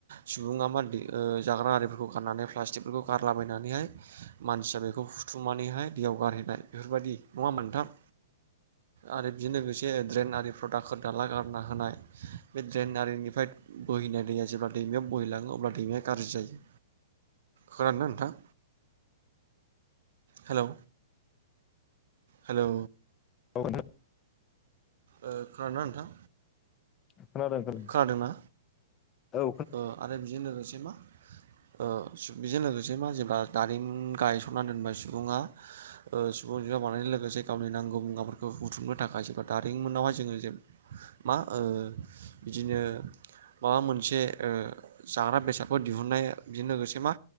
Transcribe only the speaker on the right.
सुबुङा मा ओ जाग्रा आरिखौ गारनानै प्लासथिकफोरखौ गारना लाबोनानैहाय मानसिया बेखौ बुथुमनानैहाय दैयाव गारहैनाय बेफोरबायदि नङा मोनथाम आरो बिजों लोगोसे ड्रेन आरि प्रडाक्टफोर दाला गारना होनाय बे ड्रेन आरिनिफ्राय बोहैनाय दैया जेब्ला दैमाया बोहैलाङो अब्ला दैमाया गाज्रि जायो खोनादों ना नोंथां? हेलौ हेलौ
खोनादों ना नोंथां?
खोनादोंना
ओ आरो बेजों लोगोसे मा ओ बेजों लोगोसे मा जेब्ला दारिमिन गायसनना दोनबाय सुबुङा अनजिगा बानायनायजों लोगोसे गावनि नांगौ मुवाफोरखौ बुथुमनो थाखायबा दारिमिनावहाय जोङो मा ओ बिदिनो माबा मोनसे ओ जाग्रा बेसादफोर दिहुनन्नाया बिजों लोगोसे मा